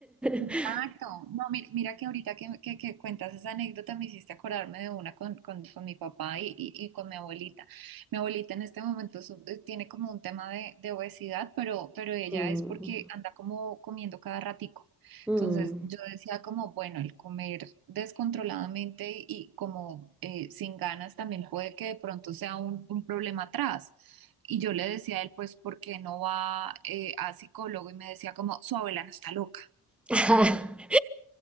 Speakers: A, on the right; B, in the centre.
A: Exacto.
B: <laughs>
A: No, mi- mira, que ahorita que, que- que cuentas esa anécdota me hiciste acordarme de una con, con- con mi papá y, y- y con mi abuelita. Mi abuelita en este momento su- eh, tiene como un tema de, de obesidad, pero, pero ella
B: Mm,
A: es porque anda como comiendo cada ratico.
B: mm.
A: Entonces yo decía como, bueno, el comer descontroladamente y como eh, sin ganas también puede que de pronto sea un, un problema atrás. Y yo le decía a él, pues, ¿por qué no va eh, a psicólogo? Y me decía como, su abuela no está loca.
B: <laughs>